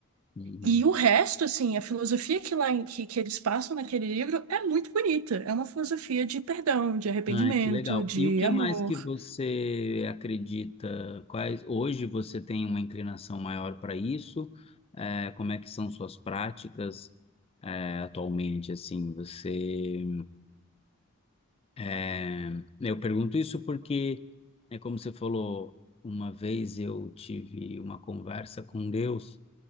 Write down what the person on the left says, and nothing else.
uhum.
Ai, que legal.
E o que
mais que você acredita? Quais hoje você tem uma inclinação maior para isso? É, como é que são suas práticas é, atualmente? Assim, você é, eu pergunto isso porque é como você falou uma vez eu tive uma conversa com Deus,